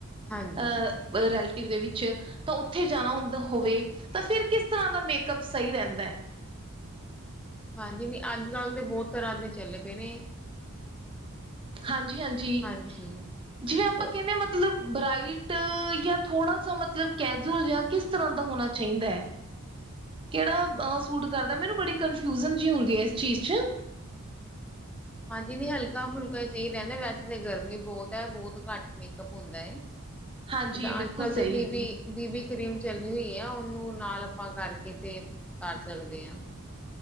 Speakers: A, in the centre; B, on the right.
A: ਹਾਂਜੀ
B: ਅ ਵ ਰੈਲਟਿਵ ਦੇ ਵਿੱਚ ਤਾਂ ਓਥੇ ਜਾਨਾ ਹੁੰਦਾ ਹੋਵੇ ਤਾਂ ਫਿਰ ਕਿਸ ਤਰਾਂ ਦਾ ਮੇਕਅਪ ਸਈ ਰੈੰਦੈ।
A: ਹਾਂਜੀ, ਨਈਂ ਅੱਜ-ਕੱਲ ਤੇ ਬੋ ਤਰਾਂ ਦੇ ਚੱਲੇ ਪਏ ਨੇ।
B: ਹਾਂਜੀ-ਹਾਂਜੀ,
A: ਹਾਂਜੀ
B: ਜਿਵੇਂ ਆਪਾਂ
A: ਅ
B: ਕੈੰਨੇ ਆਂ ਮਤ ਲਬ ਬਰਾਈਟ ਜਾਂ ਥੋੜਾ ਸਾ ਮਤਲਬ ਕੈਜੂਅਲ ਜਾ ਕਿਸ ਤਰਾਂ ਦਾ ਹੋਨਾ ਚਾਈਦੈ। ਕੇੜਾ ਅ ਸੂਟ ਕਰਦੈ ਮੈਨੂੰ ਬੜੀ ਕਨਫਿਊਜਨ ਜੀ ਹੁੰਦੀ ਐ ਏਸ ਚੀਜ਼ ਚ।
A: ਹਾਂਜੀ ਨਈਂ ਹਲਕਾ-ਫੁਲਕਾ ਈ ਸਈ ਰੈੰਦੈ ਵੈਸ ਤੇ ਗਰਮੀ ਬੌਤ ਐ ਬੌਤ ਘੱਟ ਮੇਕਅਪ ਹੁੰਦਾ ਏ,
B: ਹਾਂਜੀ
A: ਜਾਂ
B: ਬਿਲਕੁਲ
A: ਅੱਜ-ਕੱਲ
B: ਸਹੀ
A: ਦੇ ਬੀਬੀ ਬੀਬੀ ਕਰੀਮ ਚੱਲੀ ਹੋਈ ਐ ਓਨੂੰ ਨਾਲ ਆਪਾਂ ਕਰਕੇ ਤੇ ਕਰ ਸਕਦੇ ਆਂ।